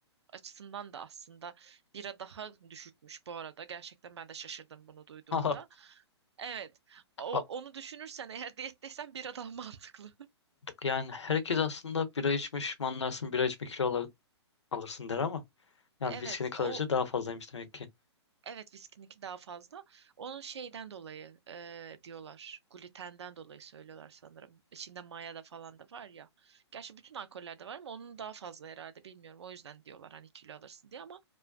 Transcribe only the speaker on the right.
açısından da aslında bira daha düşükmüş bu arada. Gerçekten ben de şaşırdım bunu duyduğumda.
Evet. O,
onu düşünürsen eğer <laughs> diyetteysen bira daha mantıklı. <laughs>
Evet.
O
Evet viskininki daha fazla. Onun şeyden dolayı e, diyorlar. Glutenden dolayı söylüyorlar sanırım. İçinde maya da falan da var ya. Gerçi bütün alkollerde var ama onun daha fazla herhalde bilmiyorum. O yüzden diyorlar hani kilo alırsın diye ama